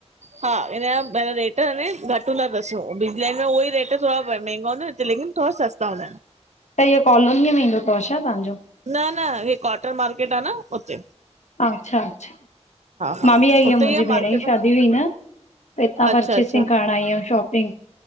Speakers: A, on the right; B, on the left.
A: हा हिन जा भ रेट अने घट हूंदा तस, बिजलैंड लाइन में उहो ई रेट थोरा महांगा ह न हिते किन थोड़ा सस्ता हुनदा आहिन
B: त इीह कॉलोनीअ में ईंदो थव छा तव्हांजो?
A: न-न हे कॉटन मार्केट आ न हुते
B: अच्छा-अच्छा
A: हा
B: मां बि आई
A: उते
B: हुअम मुंहिंजी
A: ई आ मार्केट
B: भेण जी शादी हुई न त हितां
A: अच्छा
B: परचेसिंग
A: अच्छा
B: करण आई हम शॉपिंग,